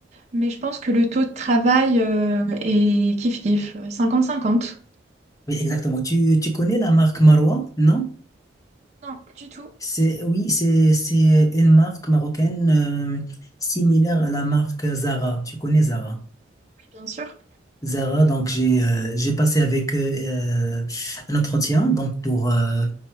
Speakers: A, on the right (about 35°); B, on the left (about 20°).
A: mais je pense que le taux de travail euh, est kiff-kiff, euh, cinquante. 50
B: Oui, exactement. Tu, tu connais la marque Marois, non?
A: Non, du tout,
B: C'est, oui, c'est, c'est une marque marocaine euh, similaire à la marque Zara. Tu connais Zara?
A: oui, bien sûr.
B: Zara, donc j'ai euh, j'ai passé avec eux euh, un entretien donc pour euh,